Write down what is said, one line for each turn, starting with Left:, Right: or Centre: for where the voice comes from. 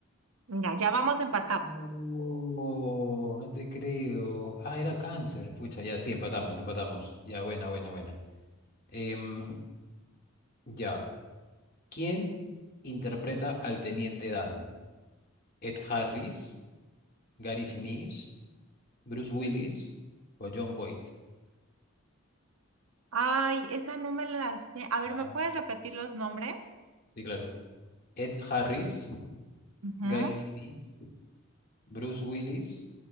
Right: Mira, ya vamos empatados.
Left: No, no te creo. Ah, era cáncer. Pucha, ya, sí, empatamos, empatamos. Ya, buena, buena, buena. Em, ya. ¿Quién interpreta al teniente Dan? ¿Ed Harris, Gary Sinise, Bruce Willis o John Boyd?
Right: Ay, esa no me la sé. A ver,
Left: Ah,
Right: ¿me puedes repetir los nombres?
Left: sí, claro. Ed Harris,
Right: Ujú.
Left: Gary Sinise, Bruce Willis,